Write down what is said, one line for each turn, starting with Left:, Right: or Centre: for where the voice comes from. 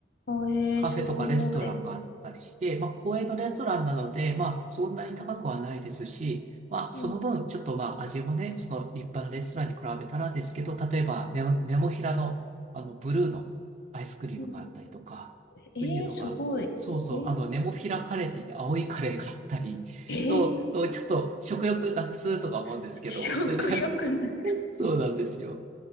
Left: あ、えー、
Right: カフェとかレストランがあったりして、
Left: すごい。
Right: まあ、公園のレストランなので、まあ、そんなに高くはないですし、まあ、その分、
Left: うん。
Right: ちょっとまあ、味もね、その立派なレストランに比べたらですけど、例えばネモ、ネモフィラの、あの、ブルーのアイスクリームがあったりとか、
Left: うん。
Right: そういうのが、
Left: えー、すごい。えー、
Right: そうそう、あの、ネモフィラカレーって言って青いカレーがあったり、
Left: えー、
Right: そう、そうちょっと食欲なくすとか思うんですけど、
Left: <laughs> 食欲ない。
Right: そういうのが、<laughs> そうなんですよ。